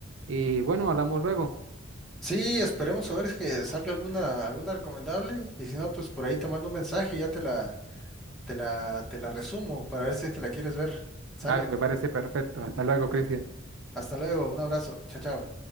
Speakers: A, on the right; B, in the centre.
A: Y bueno, hablamos luego.
B: Sí, esperemos a ver si que salga alguna, alguna recomendable. Y si no, pues por ahí te mando un mensaje y ya te la, te la, te la resumo para ver si es que la quieres ver. Sale.
A: Dale, me parece perfecto. Hasta luego, Cristian.
B: Hasta luego. Un abrazo. Chao, chao.